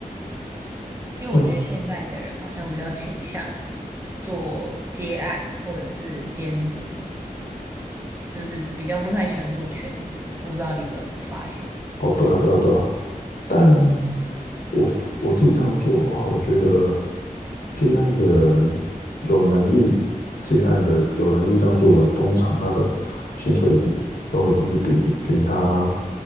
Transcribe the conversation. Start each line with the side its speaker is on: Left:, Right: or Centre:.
Right: 因为我觉得现在的人好像比较倾向
Left: 对啊，
Right: 做接案或者是兼职，就是比较不太喜欢做全职。我不知道你有没有发现，
Left: 哦，对啊，对啊，对啊。但我我自己这样做的话，我觉得接案的人有能力接案的有能力这样做的人，通常他的薪水一定都一定是比比他